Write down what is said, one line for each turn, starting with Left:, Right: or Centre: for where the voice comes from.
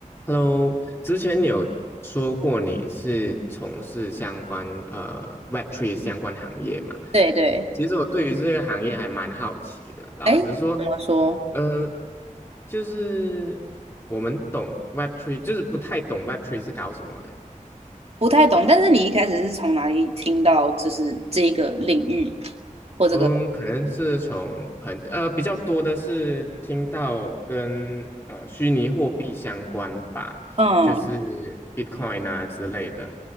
Left: Hello，之前你有说过你是从事相关呃 Web3 相关行业嘛？
Right: 对对对，
Left: 其实我对于这个行业还蛮好奇的。老实说，
Right: 哎，怎么说？
Left: 呃，就是我们懂 Web3，就是不太懂 Web3 是搞什么的。
Right: 不太懂。但是你一开始是从哪里听到，就是这个领域或这个？
Left: 嗯，可能是从朋呃比较多的是听到跟呃虚拟货币相关吧，
Right: 嗯，
Left: 就是 Bitcoin 啊之类的。